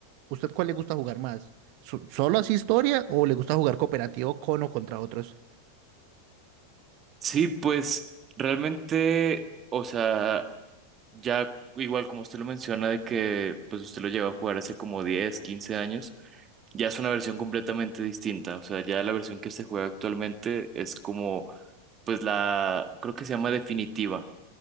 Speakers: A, on the right; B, on the right.
A: ¿Usted cuál le gusta jugar más? ¿So- ¿Solo así historia o le gusta jugar cooperativo con o contra otros?
B: Sí, pues realmente, o sea, ya igual como usted lo menciona de que pues usted lo lleva a jugar hace como 10 15 años, ya es una versión completamente distinta. O sea, ya la versión que se juega actualmente es como, pues la, creo que se llama definitiva.